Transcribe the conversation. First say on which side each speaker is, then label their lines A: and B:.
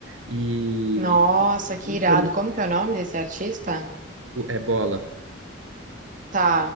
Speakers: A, on the right (about 70°); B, on the right (about 40°).
A: e,
B: Nossa, que
A: e
B: irado.
A: isso é muito.
B: Como que é o nome desse artista?
A: É bola.
B: Tá,